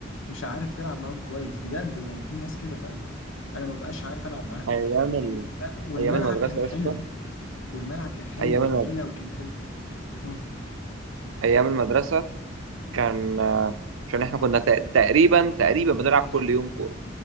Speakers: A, on the left; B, on the right.
A: مش عارف تلعب معاهم كويس بجد يعني في ناس كده فعلا انا ما بقاش عارف العب معاهم
B: ايام ال...
A: والم- والملعب
B: ايام المدرسه
A: كان
B: يا
A: حلو
B: اسطى
A: والملعب كان حلو
B: ايام المد...
A: ونجيله وكان حلو مم.
B: ايام المدرسه كان آه، عشان احنا كنا تق- تقريبا تقريبا بنلعب كل يوم كوره